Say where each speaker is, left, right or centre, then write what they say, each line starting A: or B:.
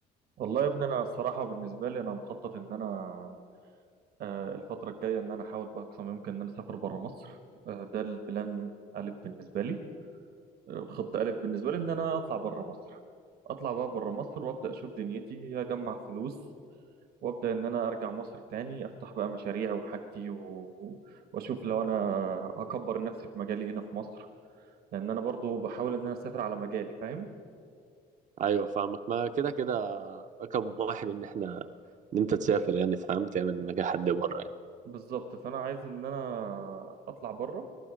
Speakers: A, on the right (about 65°); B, on the right (about 45°).
A: والله يا ابني انا الصراحه بالنسبه لي انا مخطط ان انا آه، الفتره الجايه ان انا احاول باقصى ما يمكن ان انا اسافر بره مصر آه، ده البلان الف بالنسبه لي آه، خط الف بالنسبه لي ان انا اطلع بره مصر اطلع بقى بره مصر وابدا اشوف دنيتي اجمع فلوس وابدا ان انا ارجع مصر تاني افتح بقى مشاريع وحاجتي و... واشوف لو انا اكبر نفسي في مجالي هنا في مصر لان انا برضو بحاول ان انا اسافر على مجالي فاهم
B: أيوه فاهمك ما كده كده رقم واحد إن إحنا إن أنت تسافر يعني فاهم تعمل نجاح حد بره يعني
A: بالظبط فانا عايز ان انا اطلع بره